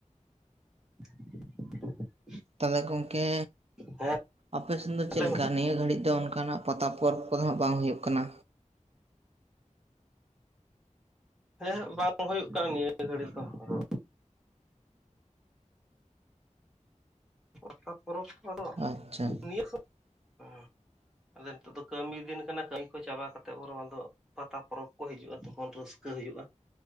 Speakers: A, in the centre; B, on the right.
A: <inaudible>
B: ᱛᱟᱦᱞᱮ ᱜᱚᱝᱠᱮ
A: ᱦᱮᱸ
B: ᱟᱯᱮ ᱥᱮᱱ ᱫᱚ ᱪᱮᱫ
A: ᱞᱟᱹᱭ
B: ᱞᱮᱠᱟ
A: ᱢᱮ
B: ᱱᱤᱭᱟᱹ ᱟᱯᱮ ᱟᱯᱮ ᱥᱮᱫ ᱫᱚ ᱪᱮᱫ ᱞᱮᱠᱟ ᱱᱤᱭᱟᱹ ᱜᱷᱟᱹᱲᱤᱡ ᱫᱚ ᱚᱱᱠᱟ ᱱᱟᱜ ᱯᱟᱛᱟ ᱯᱚᱨᱚᱵᱽ ᱠᱚᱫᱚ ᱦᱟᱸᱜ ᱵᱟᱝ ᱦᱩᱭᱩᱜ ᱠᱟᱱᱟ
A: ᱦᱮᱸ ᱦᱮᱸ ᱵᱟᱝ ᱦᱩᱭᱩᱜ ᱠᱟᱱᱟ ᱱᱤᱭᱟᱹ ᱜᱷᱟᱹᱲᱤᱡ ᱫᱚ ᱟᱫᱚ ᱯᱟᱛᱟ ᱯᱚᱨᱚᱵᱽ ᱟᱫᱚ
B: ᱟᱪᱪᱷᱟ
A: ᱱᱤᱭᱟᱹ ᱠᱚ <unintelligible>
B: <inaudible>
A: ᱟᱫᱚ ᱱᱤᱛᱚᱜ ᱫᱚ ᱠᱟᱹᱢᱤ ᱫᱤᱱ ᱠᱟᱱᱟ ᱠᱟᱹᱢᱤ ᱠᱚ ᱪᱟᱵᱟ ᱠᱟᱛᱮᱫ ᱵᱚᱨᱚᱝ ᱟᱫᱚ ᱯᱟᱛᱟ ᱯᱚᱨᱚᱵᱽ ᱠᱚ ᱦᱤᱡᱩᱜᱼᱟ, ᱛᱚᱠᱷᱚᱱ ᱨᱟᱹᱥᱠᱟᱹ ᱦᱩᱭᱩᱜᱼᱟ ᱾